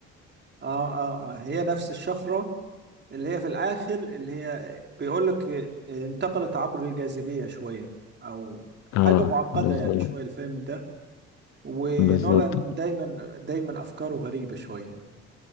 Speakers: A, on the right; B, on the left.
A: اه اه اه هي نفس الشفرة اللي هي في الاخر اللي هي بيقول لك انتقلت عبر الجاذبية شوية او حاجة
B: اه
A: معقدة
B: بالظبط
A: يعني شوية الفيلم ده ونولان
B: بالظبط
A: دايما دايما افكاره غريبة شوية